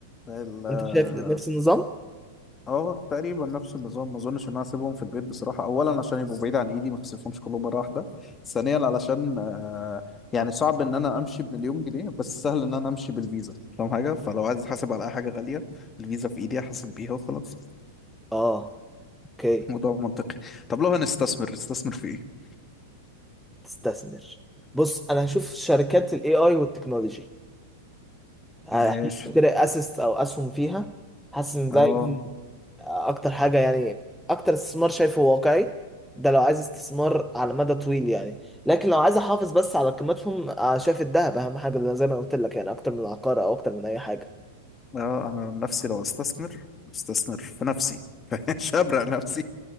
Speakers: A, on the left (about 20°); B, in the centre.
A: ال- اه
B: انت شايف نفس النظام
A: آه، تقريبا نفس النظام ما اظنش ان انا اسيبهم في البيت بصراحه اولا عشان يبقوا بعيد عن ايدي ما اسيبهمش كلهم مره واحده ثانيا علشان آه، يعني صعب ان انا امشي بمليون جنيه بس سهل ان انا امشي بالفيزا فاهم حاجه فلو عايز احاسب على اي حاجه غاليه الفيزا في ايدي احاسب بيها وخلاص
B: اه اوكي
A: موضوع منطقي طب لو هنستثمر نستثمر في ايه
B: تستثمر بص انا هشوف شركات الاي اي والتكنولوجي هشتري
A: ماشي
B: اسيست او اسهم فيها حاسس ان
A: اه
B: ده يكون اكتر حاجه يعني اكتر استثمار شايفه واقعي ده لو عايز استثمار على مدى طويل يعني لكن لو عايز احافظ بس على قيمتهم آه، شايف الذهب اهم حاجه لأن زي ما قلت لك يعني اكتر من العقار او اكتر من اي حاجه
A: اه انا عن نفسي لو استثمر استثمر في نفسي <laughs> مش هبرق نفسي